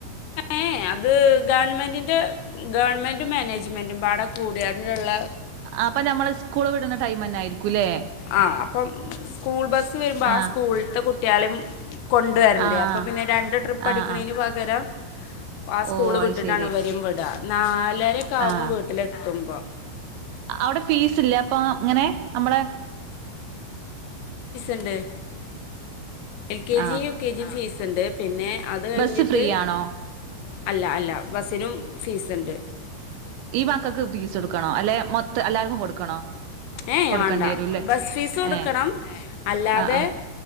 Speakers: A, on the left (about 80°); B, on the right (about 75°).
A: ഏ അത് ഗവൺമെൻറ് ഗവൺമെന്റ് മാനേജ്മെന്റും പാടം കൂടികൂള്ള
B: അപ്പൊ ഞമ്മള് സ്കൂള് വിടുന്ന ടൈം തന്നെ ആയിരിക്കുംല്ലേ
A: ആ അപ്പം സ്കൂൾ ബസ്സ് വരുമ്പോ
B: ആഹ്
A: ആ സ്കൂളത്തെ കുട്ടികളും കൊണ്ടുവരണ്ടേ
B: ആഹ്
A: അപ്പൊ പിന്നെ രണ്ട് ട്രിപ്പ്
B: ആഹ്
A: അടിക്കണന്
B: ആഹ്
A: പകരം ആ സ്കൂള്
B: ഓഹ്
A: വിട്ടിട്ടാണ്
B: അത് ശെരി
A: വരും വിടുക നാലരക്കാവും
B: ആഹ്
A: വീട്ടിലെത്തുമ്പോ
B: അവിടെ ഫീസ് ഇല്ല അപ്പൊ ഇങ്ങനെ നമ്മള
A: ണ്ട് എൽ കെ
B: ആഹ്
A: ജിയ യു കെ ജിയും ഫീസ് ഉണ്ട് പിന്നെ അത് കഴിഞ്ഞിട്ട്
B: ബസ്സ് ഫ്രീ ആണോ
A: അല്ല അല്ല ബസിനും ഫീസ്ണ്ട്
B: ഈ മക്കൾക്ക് ഫീസ് കൊടുക്കണോ അല്ലെ മൊത്തം എല്ലാവർക്കും കൊടുക്കണോ
A: ഏ
B: കൊടുക്കേണ്ടി
A: വേണ്ട
B: വരൂല്ലേ
A: ബസ് ഫീസ് കൊടുക്കണം
B: ഏ
A: അല്ലാതെ
B: ആ ആ